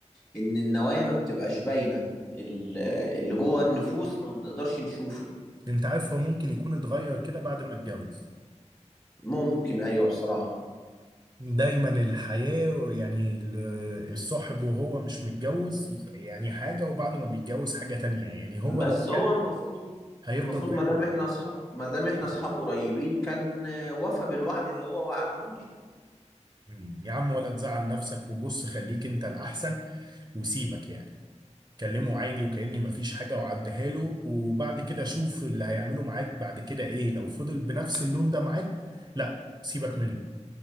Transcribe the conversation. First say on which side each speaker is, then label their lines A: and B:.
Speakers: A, on the left; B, on the right.
A: ان النوايا ما بتبقاش باينه ال- اللي جوه النفوس ما بنقدرش نشوفه
B: انت عارف هو ممكن يكون اتغير كده بعد ما اتجوز
A: ممكن ايوه بصراحه
B: دايما الحياة يعني ال- الصاحب وهو مش متجوز يعني حاجة وبعد ما بيتجوز حاجة تانية يعني هو
A: بس
B: لو جد
A: هو المفروض
B: هيفضل
A: المفروض
B: زي
A: ما
B: ما
A: دام احنا اصحاب ما دام احنا اصحاب قريبين كان آه، وفى بالوعد اللي هو وعدهولي
B: مم. يا عم ولا تزعل نفسك وبص خليك انت الاحسن وسيبك يعني كلمه عادي وكأني مفيش حاجة وعديها له وبعد كده شوف اللي هيعمله معاك بعد كده ايه لو فضل بنفس اللون ده معاك لا سيبك منه